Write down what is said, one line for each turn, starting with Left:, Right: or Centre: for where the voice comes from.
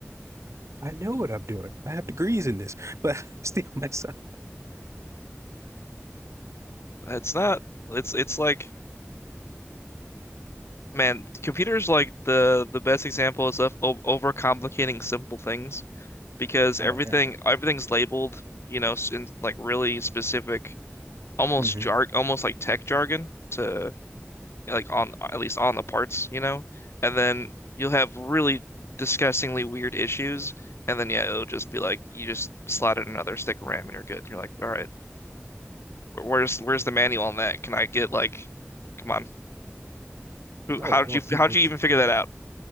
Right: I know what I'm doing. I have degrees in this, <laughs> but I still mess up.
Left: It's not it's it's like man, computers like the the best example is of o- overcomplicating simple things because
Right: Oh,
Left: everything
Right: yeah.
Left: everything's labeled, you know, s- in like really specific, almost
Right: hmm
Left: jar almost like tech jargon to like on at least on the parts, you know? And then you'll have really disgustingly weird issues, and then yeah, it'll just be like you just slide in another stick of RAM and you're good. And you're like, all right, where's where's the manual on that? Can I get like, come on, who?
Right: Or,
Left: How
Right: or
Left: did you
Right: people,
Left: how did you
Right: ju-
Left: even figure that out?